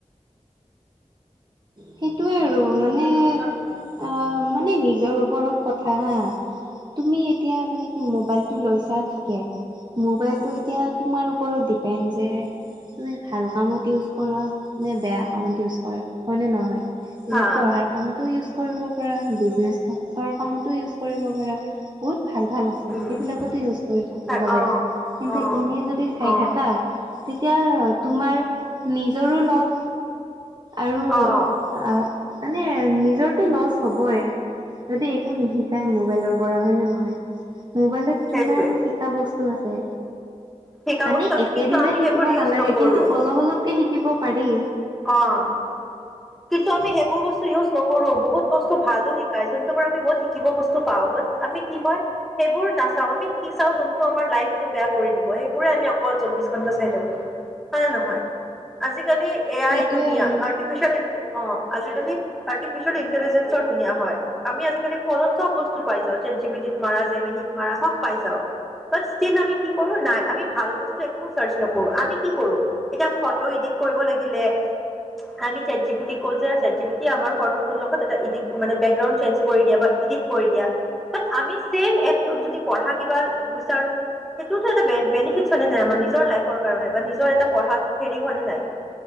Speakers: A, on the right; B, in the centre.
A: সেইটোৱে
B: <inaudible>
A: আৰু মানে অ মানে নিজৰ ওপৰত কথা হা। তুমি এতিয়া মানে কি মবাইল মবাইলটো লৈছা ঠিকেই, মবাইলটো এতিয়া তোমাৰ ওপৰত দেপেণ্ড যে তুমি ভাল কামত ইউজ কৰা, নে বেয়া কামত ইউজ কৰা, হয়নে নহয়? এতিয়া
B: হা
A: পঢ়াৰ কামতো ইউজ কৰিব পাৰা, বিজনেছ কামতো ইউজ কৰিব পাৰা, বহুত ভাল- ভাল আছে।
B: উম
A: সেইবিলাকতো ইউজ কৰি থাকিব
B: অ',
A: পাৰা। কিন্তু
B: অ',
A: এনে যদি চাই
B: অ',
A: থাকা তেতিয়া তোমাৰ নিজৰো লছ, আৰু
B: অ',
A: অ, মানে নিজৰটো লছ হবই। যদি একো নিশিকাই মোবাইলৰ পৰা হয় নে নহয়? মোবাইলত
B: সেইটোৱে
A: কিমান শিকা বস্তু আছে।
B: শিকা
A: আমি
B: বস্তু আছে
A: একেদিনাই
B: কিন্তু আমি
A: শিকিব
B: সেইবোৰ ইউজ
A: নালাগে,
B: নকৰো
A: কিন্তু অলপ অলপকে শিকিব পাৰি।
B: অঁ। কিন্তু আমি সেইবোৰ বস্তু ইউজ নকৰো। বহুত বস্তু ভালো শিকাই যোনটো পৰা আমি বহুত শিকিব বস্তু পাওঁ। বাত আমি কি হয় সেইবোৰ নাচাওঁ, আমি কি চাওঁ যোন আমাৰ লাইফটো বেয়া কৰি দিব, সেইবোৰে আমি চৌব্বিশ ঘণ্টা অকল চাই থাকো। হয়নে নহয়? আজিকালি এ
A: সেইটোৱে
B: আই দুুনীয়া
A: আৰু।
B: আৰ্টিফিচিয়েল অ, আজিকালি আৰ্টিফিচিয়েল ইণ্টেলিজেন্ঞ্চৰ ধুনীয়া হয়। আমি আজিকালি ফোনত চব বস্তু পাই যাওঁ, চাট জি পি টিত মাৰা জেমেনিত মাৰা চব পাই যাওঁ। বাত ষ্টিল আমি কি কৰো নাই, আমি ভাল বস্তু একো চাৰ্চ নকৰো। আমি কি কৰো এতিয়া ফটো এডিট কৰিব লাগিলে, আমি chat G P T cause আছে, চাট জিপিটি আমাৰ ফটোৰ লগত এটা মানে বেকগ্ৰাণ্ড চেঞ্জ কৰি দিয়া বা ইডিট কৰি দিয়া বাত আমি চেম এপত যদি পঢ়া কিবা বিচাৰো। সেইটোতো এটা বেনিফিটছ হয় নে নাই, আমাৰ নিজৰ লাইফৰ কাৰণে বা নিজৰ এটা পঢ়াত হেৰি হয় নে নাই।